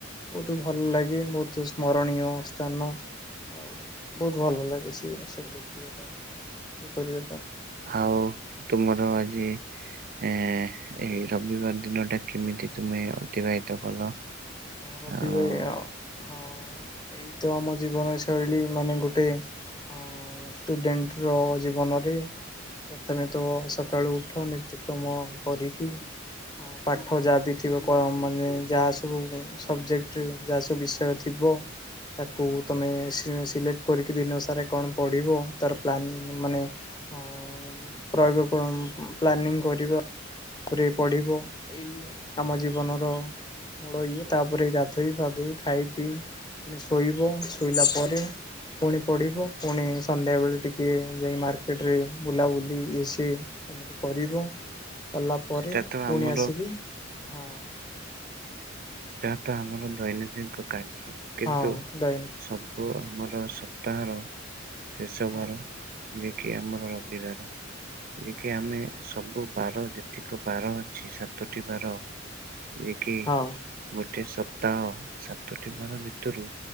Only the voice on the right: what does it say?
ଆଉ ତୁମର ଆଜି ଆ ଏଇ ରବିବାର ଦିନଟା କେମିତି ତୁମେ ଅତିବାହିତ କଲ?
ଆଉ
ସେଟା ତ
ଆମର
ଟା ଆମର ଦୈନନ୍ଦିନଙ୍କ କାର୍ଯ୍ୟ। କିନ୍ତୁ
ସବୁ ଆମର ସପ୍ତାହର ଶେଷ
ବାର, ଯିଏକି ଆମର ରବିବାର। ଯିଏକି ଆମେ, ସବୁ ବାର ଯେତିକ ବାର ଅଛି ସାତଟି ବାର ଯିଏ କି
ଗୋଟେ ସପ୍ତାହ। ସାତଟି
ବାର ଭିତରୁ,